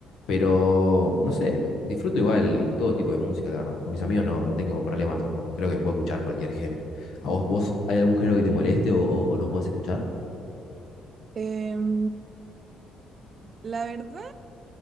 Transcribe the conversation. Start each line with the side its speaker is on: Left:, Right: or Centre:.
Left: Pero, no sé, disfruto igual todo tipo de música, la verdad. Con mis amigos no, no tengo problemas tampoco. Creo que puedo escuchar cualquier género. ¿A vos, vos hay algún género que te moleste o, o- o no puedas escuchar?
Right: Em, la verdad,